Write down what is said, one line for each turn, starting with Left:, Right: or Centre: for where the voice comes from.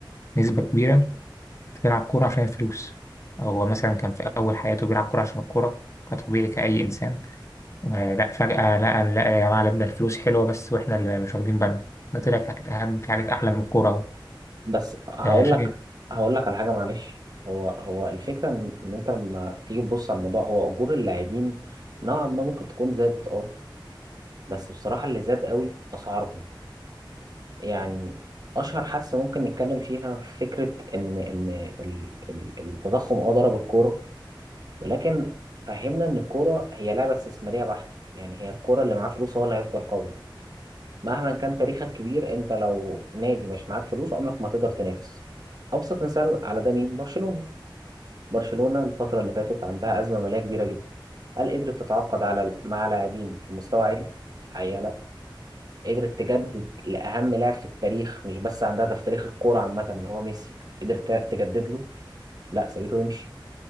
Left: نسبة كبيرة بتلعب كورة عشان الفلوس هو مثلا كان في أول حياته بيلعب كورة عشان الكورة كطبيعي كأي إنسان آه لا فجأة لا لا يا جماعة لا، ده الفلوس حلوة بس وإحنا اللي مش واخدين بالنا ده طلع في حاجات أهم في حاجات أحلى من الكورة أهو
Right: بس هقول
Left: آه شايف
Right: لك هقول لك على حاجه معلش هو هو الفكره ان إن انت لما تيجي تبص على الموضوع هو اجور اللاعبين نوعا ما ممكن تكون زادت اه بس بصراحه اللي زاد قوي اسعارهم يعني اشهر حادثه ممكن نتكلم فيها فكره ان ان ال- ال- التضخم اه ضرب الكوره ولكن فهمنا ان الكوره هي لعبه استثماريه بحت يعني هي الكوره اللي معاه فلوس هو اللي هيفضل قوي مهما كان تاريخك كبير انت لو نادي مش معاك فلوس عمرك ما تقدر تنافس ابسط مثال على ده مين برشلونة برشلونة الفترة اللي فاتت عندها أزمة مالية كبيرة جدا هل قدرت تتعاقد على مع لاعبين في مستوى عالي حقيقة لا قدرت تجدد لأهم لاعب في التاريخ مش بس عندها ده في تاريخ الكورة عامة اللي هو ميسي قدرت تجدد له لا سابته يمشي